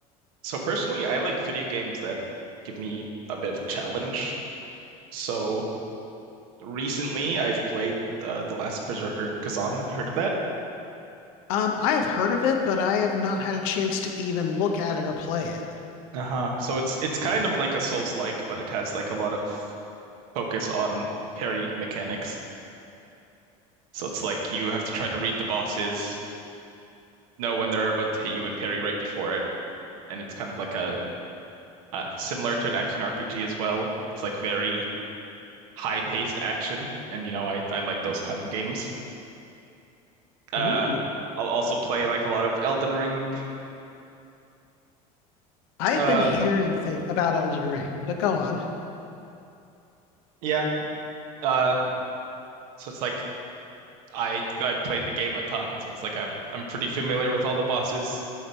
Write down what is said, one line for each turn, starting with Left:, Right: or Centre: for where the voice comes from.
Right: so personally, I like video games that give me a bit of a challenge. So recently, I've played uh, The Last Berserker Kazan. Have you heard of that?
Left: Um, I have heard of it, but I have not had a chance to even look at it or play it.
Right: Uh-huh. So it's it's kind of like a Souls-like, but it has like a lot of focus on parry mechanics. So it's like you have to try to read the bosses, know when they're about to hit you, and parry right before it. And it's kind of like a uh, similar to an action RPG as well. It's like very high-paced action, and you know, I I like those kind of games. Uh,
Left: Ooh,
Right: I'll also play like a lot of Elden Ring.
Left: I've
Right: Uh,
Left: been hearing thing about Elden Ring, but go on.
Right: yeah. Uh, so it's like I I've played the game a ton, so it's like I'm I'm pretty familiar with all the bosses.